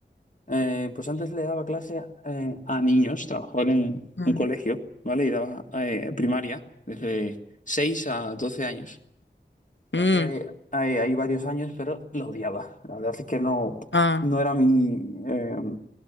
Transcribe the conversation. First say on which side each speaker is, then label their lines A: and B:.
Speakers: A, on the left (about 45°); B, on the left (about 80°).
A: Eh, pues antes le daba clase eh, a niños, trabajaba en un,
B: Mm.
A: un colegio, ¿vale? Y daba eh, primaria desde 6 a 12 años.
B: Mm,
A: Trabajé ahí, ahí- ahí varios años, pero lo odiaba. La verdad es que no,
B: ah,
A: no era mi, eh,